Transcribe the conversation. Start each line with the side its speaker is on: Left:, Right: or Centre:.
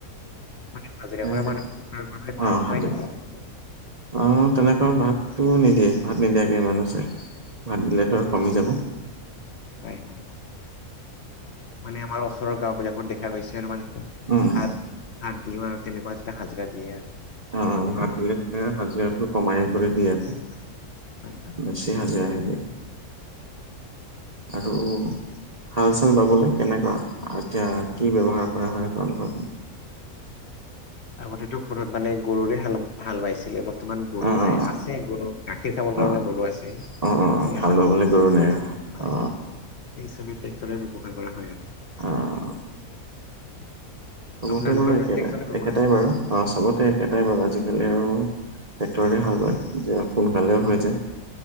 Left: মানে হাজিৰা কৰা
Right: খেতি
Left: মানুহ <unintelligible> মানে
Right: অ
Left: ভাত
Right: সাতজন
Left: খোৱাই নেকি।
Right: অ', তেনেকুৱা ভাতটো নিদিয়ে, ভাত নিদিয়াকে মানুহ চায়, ভাত দিলেতো আৰু কমি যাব।
Left: হয়-হয়। মানে আমাৰ ওচৰৰ গাঁও বিলাকত দেখা পাইছে আৰু মানে কি
Right: উম
Left: ভাত ভাত দিও আৰু তেনেকুৱা <unintelligible> হাজিৰা দিয়ে আৰু। সমানে
Right: অ', ভাত দিলে <unintelligible> হাজিৰাটো কমাই কৰি দি আছে।
Left: হয় হয়
Right: বেছি হাজিৰা নিদিয়ে। আৰু হাল চাল বাবলে কেনেকা, আ এতিয়া কি ব্যৱহাৰ কৰা হয় আপোনালোকৰ পিনে।
Left: আগতেতো ঘৰত মানে গৰুৰে হাল হাল বাইছিলে বৰ তমান গৰু
Right: অ
Left: নাই
Right: অ
Left: আছে গৰু গাখীৰ খাবৰ কাৰণে
Right: অ
Left: গৰু আছে। এনে
Right: অ অ অ
Left: হাল
Right: বাবলৈ
Left: বোৱা
Right: গৰু
Left: নাই-
Right: আৰু
Left: নাই,
Right: অ
Left: সেই হিচাপে ট্ৰেক্টৰে ব্যৱহাৰ কৰা হয় আৰু।
Right: অ'। চবতে
Left: আপোনালোকৰ
Right: বাৰু একেটাই-
Left: ফালে ট্ৰেক্টৰে ব্যৱহাৰ
Right: একেটাই বাৰু অ', চবতে একেটাই বাৰু আজিকালি আৰু ট্ৰেক্টৰেৰে হাল বায়, যে সোনকালেও হৈ যায়।